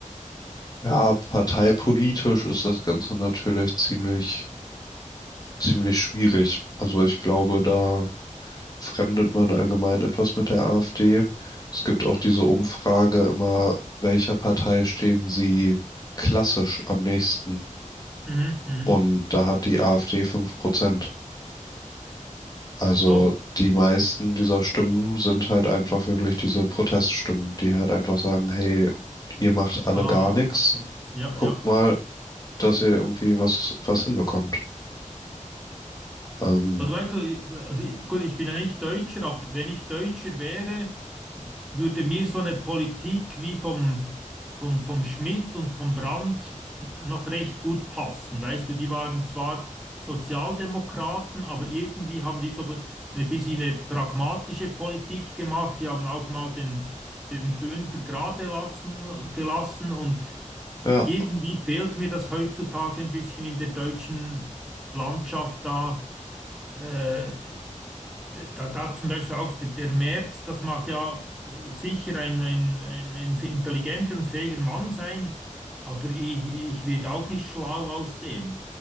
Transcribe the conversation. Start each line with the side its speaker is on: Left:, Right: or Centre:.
Left: Ja, parteipolitisch ist das Ganze natürlich ziemlich, ziemlich schwierig. Also ich glaube, da fremdet man allgemein etwas mit der AfD. Es gibt auch diese Umfrage immer, welcher Partei stehen sie klassisch am nächsten?
Centre: Mhm, mhm.
Left: Und da hat die AfD 5%. Also
Centre: Oh,
Left: die meisten dieser Stimmen sind halt einfach wirklich diese Proteststimmen, die halt einfach sagen, hey, ihr macht alle
Centre: aha.
Left: gar nichts,
Centre: Ja,
Left: guckt
Centre: ja.
Left: mal, dass ihr irgendwie was, was hinbekommt. Ähm,
Centre: Also weißt du, ich- also ich- gut, ich bin ja nicht Deutscher, aber wenn ich Deutscher wäre, würde mir so eine Politik wie vom, vom, vom Schmidt und vom Brandt noch recht gut passen. Weißt du, die waren zwar Sozialdemokraten, aber irgendwie haben die so ein bisschen eine pragmatische Politik gemacht. Die haben auch mal den, den Fünfer gerade lassen, gelassen und
Left: ja,
Centre: irgendwie fehlt mir das heutzutage ein bisschen in der deutschen Landschaft da äh, da, da zum Beispiel auch der, der Merz, das mag ja äh, sicher ein, ein, ein ein intelligenter und fähiger Mann sein, aber ich, ich werde auch nicht schlau aus dem.